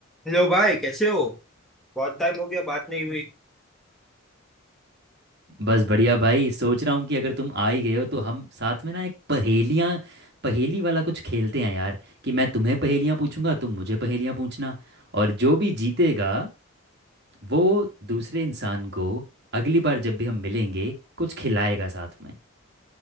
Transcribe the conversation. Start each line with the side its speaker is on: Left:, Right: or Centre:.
Centre: Hello भाई कैसे हो बहुत टाइम हो गया बात नहीं हुई
Right: बस बढ़िया भाई सोच रहा हूँ कि अगर तुम आ ही गए हो तो हम साथ में ना एक पहेलियाँ पहेली वाला कुछ खेलते हैं यार कि मैं तुम्हें पहेलियाँ पूछूंगा तुम मुझे पहेलियाँ पूछना और जो भी जीतेगा वो दूसरे इंसान को अगली बार जब भी हम मिलेंगे कुछ खिलाएगा साथ में